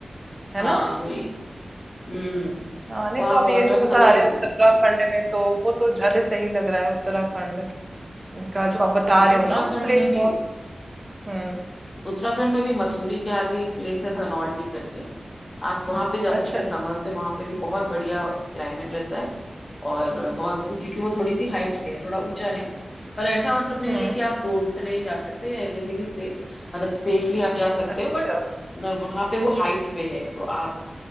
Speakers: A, on the right; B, on the left.
A: है
B: हाँ
A: ना
B: वही हम्म
A: हाँ नहीं
B: वहाँ
A: तो आप
B: बहुत
A: ये जो
B: हर
A: बता
B: समय
A: रहे हो
B: लोग
A: उत्तराखंड
B: रहते
A: में तो वो तो ज्यादा सही लग रहा है उत्तराखंड का जो आप बता
B: हैं।
A: रहे
B: उत्तराखंड
A: हो ना वो प्लेस
B: में भी
A: बहुत हम्म
B: उत्तराखंड में भी मसूरी के आगे एक प्लेस है धनौल्टी करके आप वहां पे जा सकते
A: अच्छा
B: हैं समर्स में वहां पे भी बहुत बढ़िया क्लाइमेट रहता है और बहुत क्योंकि वो थोड़ी सी हाइट पे है थोड़ा ऊंचा है पर ऐसा मतलब नहीं
A: हम्म
B: है कि आप रोड से नहीं जा सकते एवरीथिंग इज सेफ मतलब सेफली आप जा सकते
A: अच्छा
B: हो बट वहां पे वो हाइट पे है तो आप